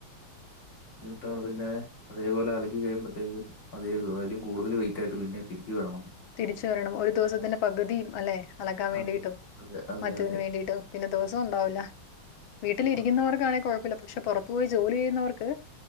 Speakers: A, on the left; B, on the left.
A: ബുദ്ധിമുട്ടാണ് പിന്നെ അതേപോലെ അലക്കി കഴിയുമ്പത്തേക്കും അതേതു അയിലും കൂടുതല് വെയിറ്റായിട്ട് പിന്നെ തിരിച്ചു വരണം.
B: തിരിച്ചു വരണം ഒരു ദിവസത്തിന്റെ പകുതിം അല്ലെ അലക്കാൻ വേണ്ടിട്ടും
A: അതെ അതെ
B: മറ്റതിന്
A: അതെ
B: വേണ്ടിട്ടും പിന്നെ ദിവസോണ്ടാവില്ല വീട്ടിലിരിക്കുന്നവർക്കാണെ
A: അതെ
B: കൊഴപ്പില്ല പക്ഷെ പൊറ പോയി ജോലി ചെയ്യുന്നവർക്ക്